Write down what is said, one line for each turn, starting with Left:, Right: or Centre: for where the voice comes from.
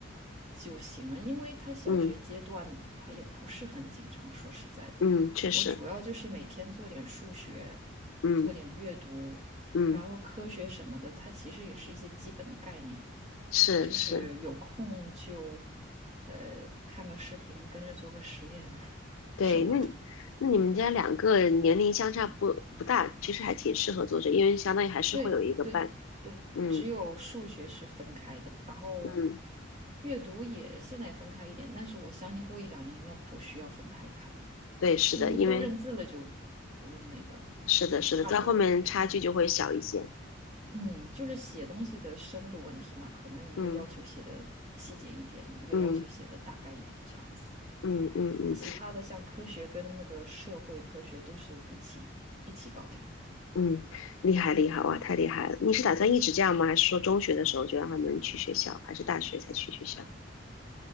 Right: 就行了。因为他小学阶段他也不是很紧张，
Left: 嗯
Right: 说实在的，
Left: 嗯，确实，
Right: 我主要就是每天做点数学，
Left: 嗯
Right: 做点阅读，
Left: 嗯，
Right: 然后科学什么的，它其实也是一些基本的概念。
Left: 是是，
Right: 就是有空就呃看个视频，跟着做个实验 <laughs>
Left: 对，
Right: 什么的。
Left: 那那你们家两个年龄相差不不大，其实还挺适合做这，因为相当于还是会有一个伴，
Right: 对对对，
Left: 嗯
Right: 只有数学是分开的，然后
Left: 嗯，
Right: 阅读也现在也分开一点，但是我相信过一两年应该不需要分太开，
Left: 对，是的，
Right: 因为都认字了就不用那个，
Left: 因为是的是的，
Right: 差不多了。
Left: 到后面差距就会小一些，
Right: 嗯嗯，就是写东西的深度问题嘛，可能一个要求写的细节一点，
Left: 嗯
Right: 一个要求写的大概一点这样子，
Left: 嗯嗯嗯嗯
Right: 其他的像科学跟那个社会科学都是一起一起搞定。
Left: 嗯，厉害厉害，哇，太厉害了！你是打算一直这样吗？还是说中学的时候就让他们去学校，还是大学才去学校？